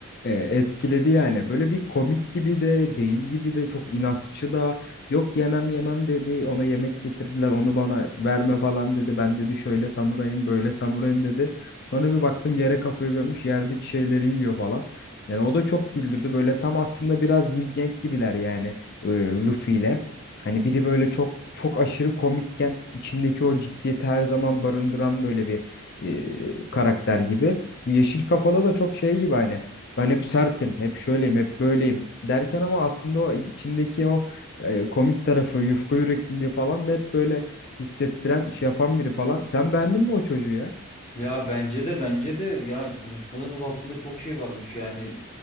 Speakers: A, on the left; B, on the left.
A: E, etkiledi yani. Böyle bir komik gibi de değil gibi de çok inatçı da yok yemem yemem dedi. Ona yemek getirdiler onu bana verme falan dedi. Ben dedi şöyle samurayım böyle samurayım dedi. Sonra bir baktım yere kafayı gömmüş yerdeki şeyleri yiyor falan. Yani o da çok güldürdü. Böyle tam aslında biraz yin yang gibiler yani e, Luffy ile. Hani biri böyle çok çok aşırı komikken içindeki o ciddiyeti her zaman barındıran böyle bir e, karakter gibi. Bu yeşil kafalı da çok şey gibi hani ben hep sertim, hep şöyleyim, hep böyleyim derken ama aslında o içindeki o e, komik tarafı, yufka yürekliliği falan da hep böyle hissettiren, şey yapan biri falan. Sen beğendin mi o çocuğu ya?
B: Ya bence de bence de ya konuşmadığımız aslında çok şey varmış yani